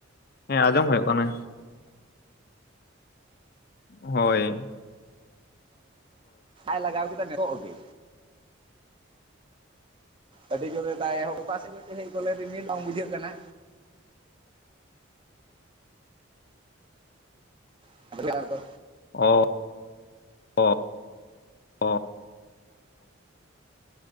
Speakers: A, on the left; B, on the right.
A: ᱦᱮᱸ ᱟᱸᱡᱚᱢ ᱦᱳᱭᱳᱜ ᱠᱟᱱᱟ᱾ ᱦᱚᱭ᱾
B: <inaudible> ᱞᱟᱜᱟᱣ ᱠᱮᱫᱟ ᱱᱤᱛᱚᱜ ᱜᱮ᱾ ᱟᱹᱰᱤ ᱡᱳᱨᱮ ᱫᱟᱜ ᱮᱦᱚᱵ ᱠᱟᱜ-ᱟ᱾ <inaudible> ᱨᱤᱢᱤᱞ ᱵᱟᱝ ᱵᱩᱡᱷᱟᱹᱜ ᱠᱟᱱᱟ᱾ <inaudible> ᱫᱚ᱾
A: ᱚ ᱚ ᱚ